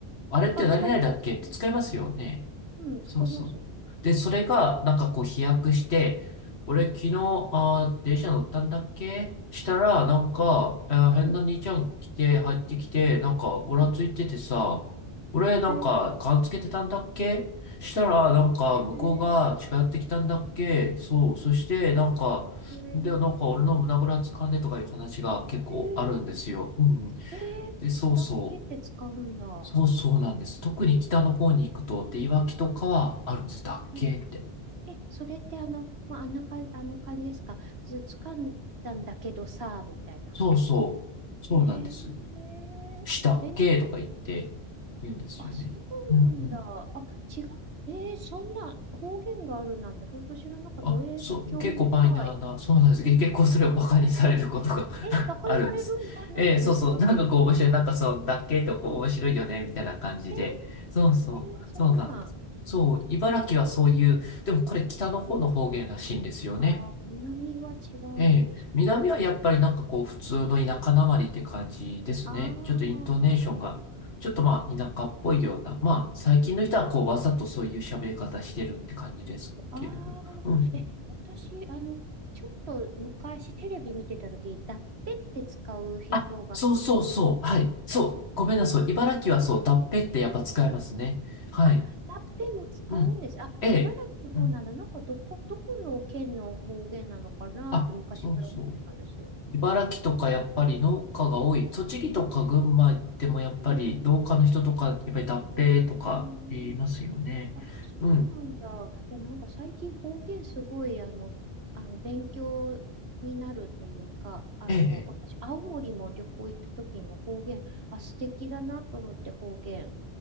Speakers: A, on the left; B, on the right.
A: あれって何々だっけって使いますよね。
B: あ、使います、使います。うん、使いますね。
A: そうそう。で、それが、なんかこう飛躍して、俺昨日、
B: うん、
A: あー、電車乗ったんだっけしたら、なんか、えー変な兄ちゃん来て、
B: うん、
A: 入ってきて、なんか、おらついててさ、
B: うん。
A: 俺なんか、
B: え
A: ガンつけてたんだっけしたら、なんか、向こうが近寄ってきたんだっけそう、
B: ー、え
A: そして、なんか、
B: ー、えー、
A: で、なんか俺の胸ぐらつかんでとかいう話が結構あるんですよ。
B: えー、
A: うん。
B: えー、
A: で、そうそう。
B: だっけって使うんだ。
A: そうそうなんです。特に北の方に行くと、で、いわきとかはあるんです。だっけって。
B: うん。え、それってあの、まあ、あんなか、あの感じですか。ず、つかんだんだけどさ、みたいな。
A: そうそう。そうなんです。
B: えー、
A: したっけとか言って言うんですよね。
B: えー、あ、そうなんだ。
A: うんうん。
B: あ、違う。えー、そんな方言があるなんて本当知らなかった。
A: あ、
B: えー、
A: そう、
B: 興味深い。
A: 結構マイナーな、そうなんです。け結構それをバカにされることが
B: えー、バカにされるな、
A: <laughs> あるんです。
B: なんでですか
A: ええ、そうそう。なんかこう面白い。なんかそう、だっけとこう面白いよね、
B: うん。
A: みたいな感じで。
B: え
A: そうそう。
B: ー、えー、そんな、
A: そうなんです。そう、茨城はそういう、でもこれ北の方の方言らしいんですよね。
B: あー、南は違うんですね。
A: ええ、南はやっぱりなんかこう普通の田舎なまりって感じですね。
B: あー、
A: ちょっとイントネーションが、ちょっとまあ田舎っぽいような、まあ最近の人はこうわざとそういう喋り方してるって感じですけれど。
B: あー、あ
A: うんうん。
B: ーえ、私、あの、ちょっと昔テレビ見てた時、だっぺって使う人がいて、
A: あ、そうそうそう。はい。そう。ごめんなさい。
B: ラップ、
A: 茨城はそう、だっぺってやっぱ使いますね。はい。
B: あ、ラッペも使うんです。
A: うん。
B: あ、
A: ええ。
B: 茨城の方なんだ。
A: うん。
B: なんかどこ、どこの県の方言なのかなって昔から思ってたんですよ。
A: あ、そうそう。茨城とかやっぱり農家が多い。栃木とか群馬行ってもやっぱり農家の人とか、
B: うん
A: やっぱり脱皮とか言いますよね。
B: うんあ、そうなんだ。
A: うん。
B: いや、なんか最近方言すごい、あの、あの勉強になるというか、あの、
A: ええ。
B: 私、青森も旅行行った時にも方言、あ、素敵だなと思って方言。